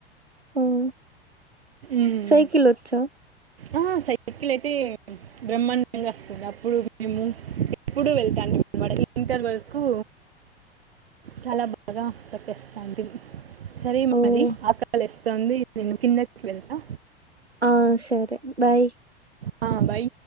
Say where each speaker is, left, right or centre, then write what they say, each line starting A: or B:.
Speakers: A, on the right; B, on the right.
A: ఉమ్
B: ఉమ్,
A: సైకిల్ వచ్చ
B: ఆ సైకిల్ అయితే బ్రహ్మాండంగా వస్తుంది. అప్పుడు మేము ఎప్పుడు వెళ్తాంటిమి అన్నమాట. ఇంటర్ వరకు చాలా బాగా తట్టేస్తానంటిమి. సరే
A: ఓహ్!
B: మరి ఆకలేస్తుంది నేను కిందకి వెళ్తా.
A: ఆ! సరే. బాయ్
B: హా భయి